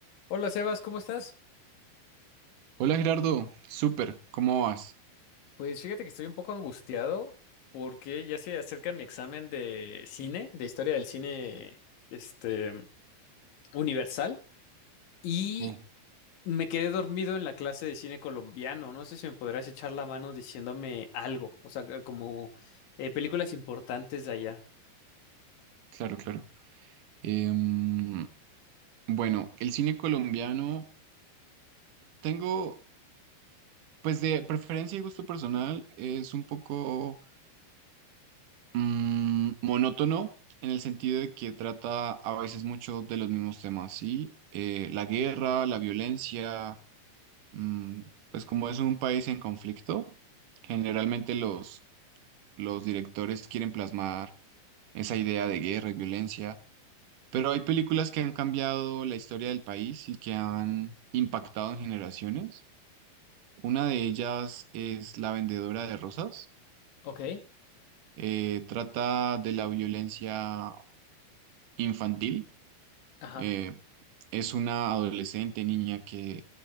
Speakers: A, on the left; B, on the right.
A: Hola Sebas, ¿cómo estás?
B: Hola Gerardo, súper, ¿cómo vas?
A: Pues fíjate que estoy un poco angustiado porque ya se acerca mi examen de cine, de historia del cine, este, universal, y
B: Oh,
A: me quedé dormido en la clase de cine colombiano. No sé si me podrás echar la mano diciéndome algo, o sea, que como eh, películas importantes de allá.
B: claro, claro. Em, bueno, el cine colombiano tengo, pues de preferencia y gusto personal, es un poco mm, monótono en el sentido de que trata a veces mucho de los mismos temas, ¿sí? Eh, la guerra, la violencia, mm, pues como es un país en conflicto, generalmente los, los directores quieren plasmar esa idea de guerra y violencia Pero hay películas que han cambiado la historia del país y que han impactado en generaciones. Una de ellas es La Vendedora de Rosas.
A: Ok.
B: Eh, trata de la violencia infantil.
A: Ajá.
B: Eh, es una adolescente niña que